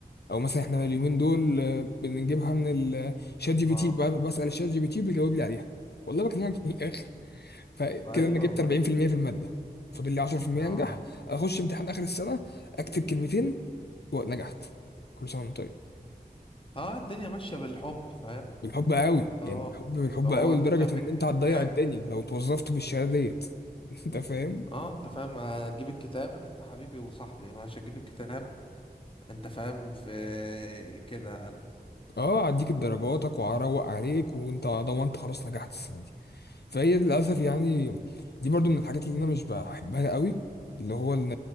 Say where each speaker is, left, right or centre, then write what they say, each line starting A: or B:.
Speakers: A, on the left; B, on the left.
A: او مثلا احنا اليومين دول آه، بنجيبها من الشات جي
B: اه
A: بي تي بقى- بسأل الشات جي بي تي بيجاوب لي عليها والله بكلمك من الاخر فكده
B: ايوه
A: انا جبت
B: انا بقول
A: 40%
B: لك
A: في المية في المادة فاضل لي 10%
B: اه
A: انجح اخش امتحان اخر السنة اكتب كلمتين ونجحت كل سنة وانت طيب
B: اه الدنيا ماشيه بالحب فاهم
A: بالحب قوي يعني
B: اه
A: بالحب بالحب
B: هو
A: قوي
B: انت
A: لدرجة
B: فاهم
A: ان
B: هتجيب
A: انت
B: الكتاب
A: هتضيع الدنيا لو اتوظفت بالشهادة ديت <laughs> انت فاهم
B: اه انت فاهم هتجيب الكتاب انت حبيبي وصاحبي ماشي هتجيب الكتاب انت فاهم في كده انا
A: اه هديك درجاتك وهروق عليك وانت ضمنت خلاص نجحت السنة دي فهي للأسف يعني دي برضو من الحاجات اللي انا مش بحبها قوي اللي هو ان